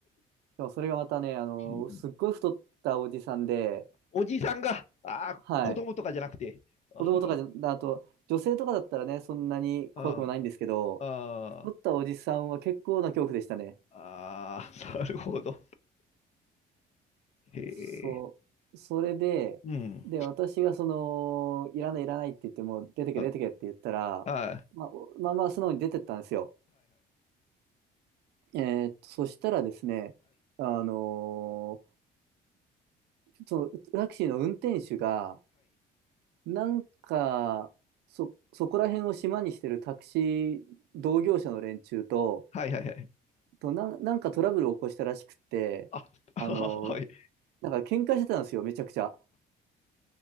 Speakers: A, on the right; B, on the left.
A: でもそれがまたね、あのすっごい太ったおじさんで、
B: <laughs> おじさんが、あ子供とかじゃなくて、
A: はい。
B: <laughs> あ
A: 子供とかじゃ、あと、女性とかだったらね、そんなに怖くもないんですけど、
B: あ、あ
A: 太ったおじさんは結構な恐怖でしたね。
B: あ、ああなるほど。へえ、
A: そう。それで、
B: うん。
A: で、私がその、いらないいらないって言っても、出てけ出てけって言ったら、
B: あ、あ
A: まあ、おまあまあ素直に出てったんですよ。えーっと、そしたらですね、あのーそのタクシーの運転手が、なんか、そ、そこら辺を島にしてるタクシー同業者の連中と、
B: はいはいはい。
A: となん、なんかトラブルを起こしたらしくって、
B: あ、あはい。
A: あの、なんか喧嘩してたんですよ、めちゃくちゃ。